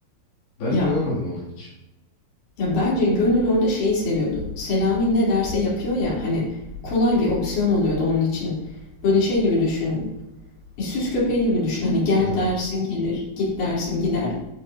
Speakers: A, on the left (about 75°); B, on the left (about 55°).
A: Ben
B: Ya
A: inanamadım ona hiç.
B: ya bence Gönül orada şeyi seviyordu. Selami ne derse yapıyor ya hani kolay bir opsiyon oluyordu onun için. Böyle şey gibi düşün. E, süs köpeği gibi düşün. Hani gel
A: Evet.
B: dersin gelir, git dersin gider.